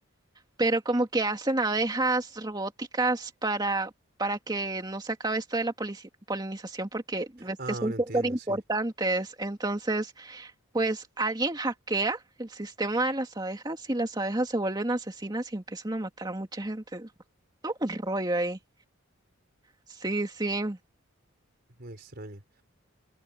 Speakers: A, on the right; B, on the right.
A: pero como que hacen abejas robóticas para, para que no se acabe esto de la polici- polinización, porque ves
B: Ah,
A: que son
B: ahora
A: súper
B: entiendo,
A: importantes.
B: sí.
A: Entonces... Pues alguien hackea el sistema de las abejas y las abejas se vuelven asesinas y empiezan a matar a mucha gente. Todo un rollo ahí. Sí, sí.
B: Muy extraño.